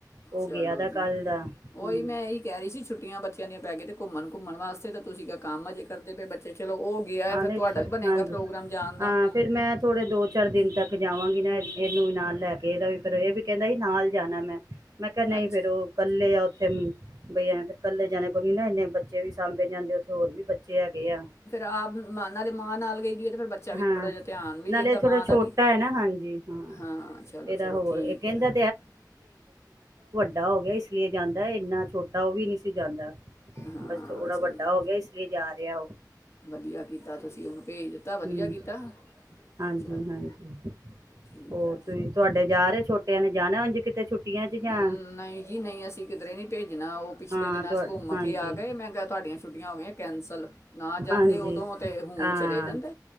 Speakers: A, on the right; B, on the left.
A: ਉਹ
B: ਚਲੋ
A: ਗਿਆ ਦਾ
B: ਜੀ
A: ਕੱਲ ਦਾ
B: ਓਹੀ
A: ਹੂੰ
B: ਮੈਂ ਇਹੀ ਕਹਿ ਰਹੀ ਸੀ ਛੁੱਟੀਆਂ ਬੱਚਿਆਂ ਦੀਆਂ ਪੈ ਗ ਤੇ ਘੁੰਮਣ ਘੁੰਮਣ ਵਾਸਤੇ ਤਾਂ ਤੁਸੀਂ ਕ ਕੰਮ ਹਜੇ ਕਰਦੇ ਪਏ ਬੱਚੇ, ਚਲੋ ਉਹ ਗਿਆ ਹੈ
A: ਆਹ
B: ਫਿਰ
A: ਨਹੀਂ
B: ਤੁਹਾਡਾ ਵੀ ਬਣੇਗਾ
A: ਹਾਂਜੀ
B: ਪ੍ਰੋਗਰਾਮ ਜਾਣ ਦਾ
A: ਹਾਂ ਫਿਰ ਮੈਂ ਥੋੜੇ ਦੋ ਚਾਰ ਦਿਨ ਤੱਕ ਜਾਵਾਂਗੀ ਨਾ ਇਹਨੂੰ ਨਾਲ ਲੈ ਕੇ ਇਹਦਾ ਵੀ ਫਿਰ ਇਹ ਵੀ ਕਹਿੰਦਾ ਨਾਲ ਜਾਣਾ ਮੈਂ, ਮੈਂ ਕਿਹਾ ਨਹੀਂ
B: ਅੱਛਾ
A: ਫੇਰ ਉਹ ਇਕੱਲੇ ਆ, ਥੇ ਬਈ ਆਂ ਫੇਰ ਕੱਲੇ ਜਾਣੇ ਕੋਲ ਨ ਨਾ ਇੰਨੇ ਬੱਚੇ ਵੀ ਸ ਜਾਂਦੇ ਉੱਥੇ ਹੋਰ ਵੀ ਬੱਚੇ ਹੈਗੇ ਆ।
B: ਆਪਨਾਂ ਦੇ ਮਾਂ ਨਾਲ ਗਈ ਦੀ ਹੈ ਤੇ ਫਿਰ ਬੱਚਾ ਵੀ
A: ਹਾਂ
B: ਥੋੜਾ ਜਿਹਾ ਧਿਆਨ ਵੀ
A: ਨਾਲੇ
B: ਰਹਿੰਦਾ
A: ਥੋੜਾ
B: ਮਾਂ
A: ਛੋਟਾ
B: ਦਾ ਵੀ
A: ਹੈ ਨਾ ਹਾਂਜੀ
B: ਹਾਂ ਚਲੋ
A: ਇਹਦਾ
B: ਚਲੋ
A: ਹੋਰ
B: ਠੀਕ
A: ਇਹ ਕਹਿੰਦਾ
B: ਆ।
A: ਛੋਟਾ ਹੋ ਗਿਆ ਇਸ ਲਈ ਜਾਂਦਾ ਇੰਨਾ ਛੋਟਾ ਉਹ ਵੀ ਨੀ ਸੀ ਜਾਂਦਾ।
B: ਹਾਂ
A: ਬਸ ਥੋੜਾ
B: ਚਲੋ
A: ਵੱਡਾ ਹੋ ਗਿਆ ਇਸ ਲਈ ਜਾ ਰਿਹਾ ਉਹ
B: ਵਧੀਆ ਕੀਤਾ ਤੁਸੀਂ ਉਹਨੂੰ ਭੇਜ ਦਿੱਤਾ ਵਧੀਆ
A: ਹ
B: ਕੀਤਾ
A: ਹਾਂਜੀ-ਹਾਂਜੀ
B: ਚਲੋ ਠੀਕ
A: ਹੋਰ
B: ਹੈ
A: ਤੁਸੀਂ ਤੁਹਾਡੇ ਜਾ ਰਹੇ ਛੋਟਿਆਂ ਨੇ ਜਾਣਾ। ਕਿਤੇ ਛੁੱਟੀਆਂ ਚ ਜਾਂ
B: ਹੂੰ ਨਹੀਂ ਜੀ ਨਹੀਂ ਅਸੀਂ ਕਿਧਰੇ ਨਹੀਂ ਭੇਜਣਾ ਉਹ ਪਿਛਲੇ
A: ਹਾਂ
B: ਦਿਨਾਂ
A: ਤੁਹਾ
B: ਚ ਘੁੰਮ
A: ਹਾਂਜੀ
B: ਕੇ ਆ ਗਏ ਮੈਂ ਕਿਹਾ ਤੁਹਾਡੀਆਂ ਛੁੱਟੀਆਂ ਹੋ ਗਿਆ ਕੈਂਸਲ ਨਾ ਜਾਂਦੇ।
A: ਹਾਂਜੀ
B: ਉਦੋਂ ਤੇ ਹੁਣ
A: ਹਾਂ
B: ਚਲੇ ਜਾਂਦੇ